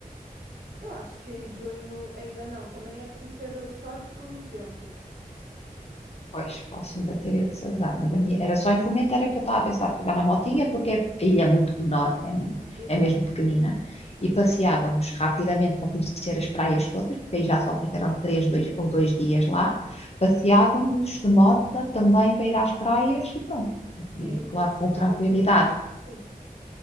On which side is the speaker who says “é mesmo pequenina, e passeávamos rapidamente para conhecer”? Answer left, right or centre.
Left